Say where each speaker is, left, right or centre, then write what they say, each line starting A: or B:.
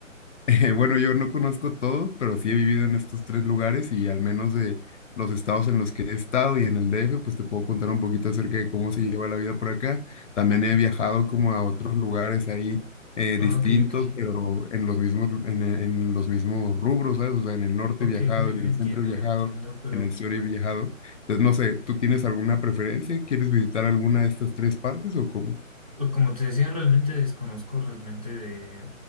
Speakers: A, on the left; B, on the right.
A: <laughs> bueno, yo no conozco todos, pero sí he vivido en estos tres lugares y al menos de los estados en los que he estado y en el DF, pues te puedo contar un poquito acerca
B: Y-
A: de cómo se lleva la vida por acá. También he
B: y-
A: viajado como a otros lugares ahí eh,
B: Ok,
A: distintos,
B: ok.
A: pero en los mismos, en, en los mismos rubros, ¿sabes? O sea, en el norte
B: Ok,
A: he viajado,
B: le,
A: en
B: le
A: el
B: entiendo,
A: centro he viajado,
B: le entiendo, pero
A: en el sur he viajado. Entonces, no sé, ¿tú tienes alguna preferencia? ¿Quieres visitar alguna de estas tres partes o cómo?
B: eh, como te decía, realmente desconozco realmente de...